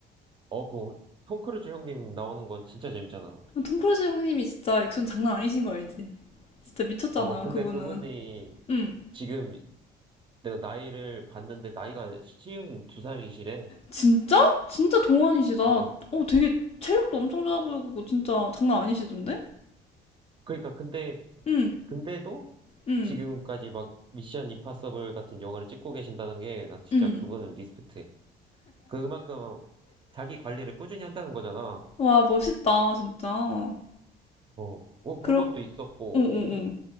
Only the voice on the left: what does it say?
톰 크루즈 형님이 진짜 액션 장난 아니신 거 알지? 진짜 미쳤잖아,
그분은.
응.
진짜? 진짜 동안이시다. 어,
되게 체력도 엄청 좋아 보이고, 진짜 장난 아니시던데?
응,
응,
응.
와, 멋있다, 진짜.
그럼,
어, 어, 어.